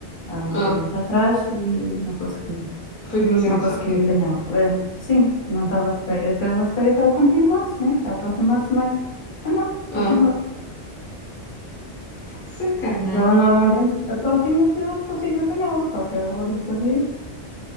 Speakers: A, on the left; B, on the left.
A: Ela
B: Ah,
A: deu mais atrás e não consegui,
B: foi demasiado
A: não consegui
B: rápido.
A: apanhá-la. Eh, Sim, não estava à espera. Eu estava à espera que ela continuasse, né? A aproximar-se mais. Eu não, estou-se
B: Ah,
A: embora.
B: sacana.
A: Porque ela normalmente aproxima-se e eu consigo apanhá-la. Só que ela desta vez